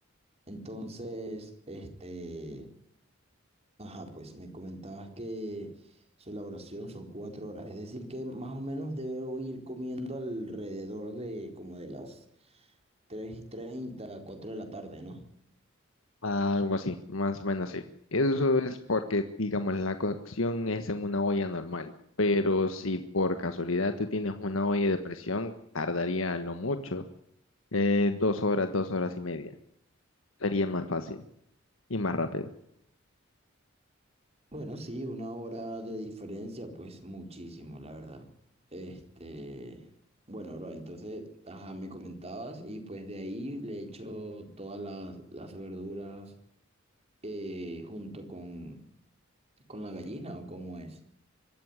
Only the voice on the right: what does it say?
Entonces, este... Ajá, pues me comentabas que su elaboración son cuatro horas, es decir que más o menos debo ir comiendo alrededor de como de las 3 y 30, 4 de la tarde, ¿no?
Bueno, sí, una hora de diferencia, pues muchísimo, la verdad. Este, bueno, bro, entonces, ajá, me comentabas y pues de ahí le echo todas las, las verduras eh, junto con, con la gallina o cómo es.